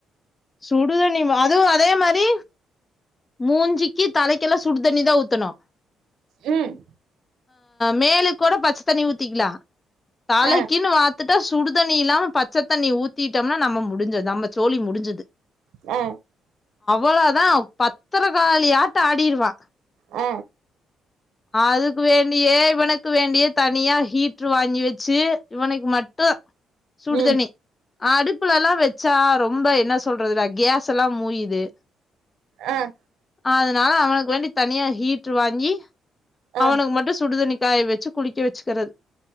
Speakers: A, on the left; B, on the right.
A: சுடுதண்ணி அதுவும் அதே மாறி மூஞ்சிக்கு தலைக்கெல்ல சுடுதண்ணி தான் ஊத்தனு
B: ம்
A: மேலுக் கொட பச்ச தண்ணி ஊத்திக்லா தளைக்கின்னு
B: ஆ
A: வா த்துட்டா சுடுதண்ணி இல்லாம பச்ச தண்ணி ஊத்திட்டம்னா நம்ம முடிஞ்சது நம்ம சோழி முடிஞ்சுது
B: அ
A: அவளதான் பத்திரக்காளி ஆட்டம் ஆடிருவா
B: அ
A: அதுக்கு வேண்டியே இவனுக்கு வேண்டியே தனியா ஹீட் சு் வாங்கி வச்சு இவனுக்கு மட்டு சுடுதண்ணி
B: ம்
A: அடுப்புலலாம் வெச்சா ரொம்ப என்ன சொல்றது நா கேஸல்லாம் மூயுது
B: அ
A: அதனால அவனுக்கு வேண்டி தனியா ஹீட்ரு வாங்கி
B: ஆ
A: அவனுக்கு மட்டு சுடுதண்ணி காய வெச்சு குளிக்க வெச்சுக்கறது